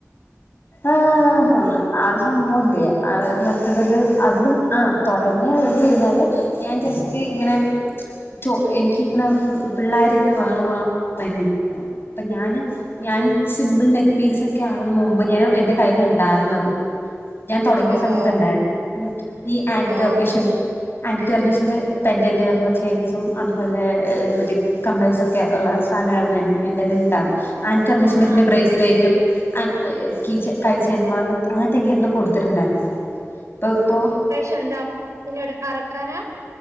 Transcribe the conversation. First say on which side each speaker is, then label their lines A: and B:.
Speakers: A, on the left; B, on the right.
A: ആഹ് ആഹ് അഹ് സംഭവല്ലേ അഹ് മറ്റത് ല് അതില് ആ തൊടങ്ങിയ വെച്ച് കഴിഞ്ഞാല് ഞാൻ ജസ്റ്റ് ഇങ്ങനെ ചോ എനിക്ക് ഇങ്ങനെ പിള്ളാര്ങ്ങനെ വേണം വേണം പറയും അപ്പ ഞാന് ഞാൻ സിമ്പിൾ നെക്ക് പീസ് ഒക്കെ ആണ് മുമ്പ് ഞാൻ എന്റെ കൈയ്ൽ ഇണ്ടായിര്ന്നത്. ഞാൻ തൊടങ്ങിയ
B: ഓഹ്
A: സമയത്ത് ഇണ്ടായിര്ന്നു ഈ ആന്റി
B: ഓഹ്
A: ടർണിഷും ആന്റി ടെർണീഷിന്റെ പെൻറ്ന്റെ വെർന്ന ചെയിൻസും അതുപോലെ ഏഹ് മറ്റേ കമ്മല്സൊക്കെ ഉള്ള സാനായിരുന്നു എ എന്റെല്ണ്ടാറ്ന്നേ ആൻകർണഷിന്റെ
B: ആഹ്
A: പിന്നെ ബ്രസലേറ്റും <unintelligible> കീച്ചേ കൈചൈന് മാര് അങ്ങനത്തൊക്കെയിരുന്നു കൂടുതല് ഉണ്ടായിര്ന്നേ അപ്പൊ ഇപ്പോ
B: <unintelligible> പിന്നാട് അറക്കാനാ